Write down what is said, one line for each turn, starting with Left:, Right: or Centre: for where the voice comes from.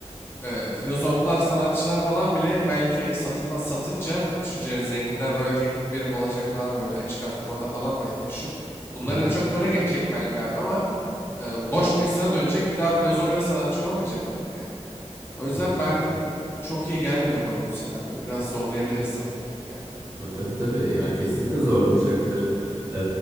Left: e, filozoflar, sanatçılar falan bile belki satılmaz satınca düşüncelerini zenginler böyle teklif verip alacak falan böyle açık arttırmada falan belki düşün. Bunların
Right: hı hı.
Left: en çok para geçecek belki abi ama e, boş bir insana dönecek bir daha filozof ya da sanatçı olamayacaklar yani. O yüzden
Right: hı hı.
Left: ben e, çok iyi gelmiyor bana bu senaryo. Biraz zorlayabilir insanları gibi geldi.
Right: Ama Tabii tabii ya kesinlikle zorlayacaktır. Ee,